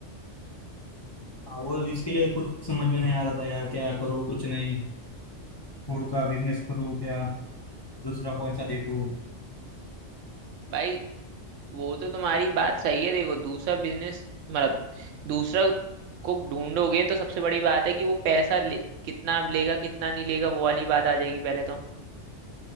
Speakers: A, on the left; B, on the right.
A: हाँ वो इसके लिए कुछ समझ में नहीं आ रहा था यार क्या करूँ कुछ नहीं फूड का बिजनेस करूँ क्या दूसरा कौन सा देखूँ
B: भाई वो तो तुम्हारी बात सही है देखो दूसरा बिजनेस मतलब दूसरा कुक ढूंढोगे तो सबसे बड़ी बात है कि वो पैसा ले, कितना लेगा कितना नहीं लेगा वो वाली बात आ जाएगी पहले तो